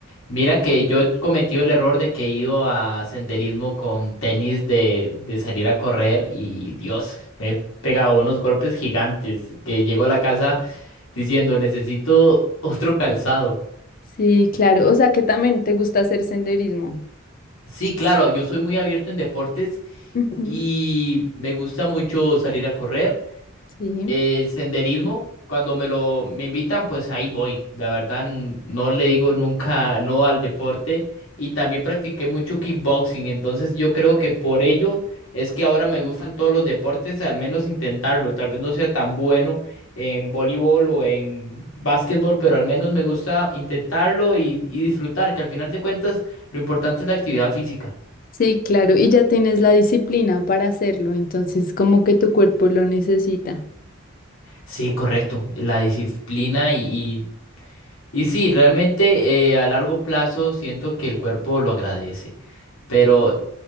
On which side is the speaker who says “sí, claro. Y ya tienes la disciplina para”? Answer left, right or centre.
Left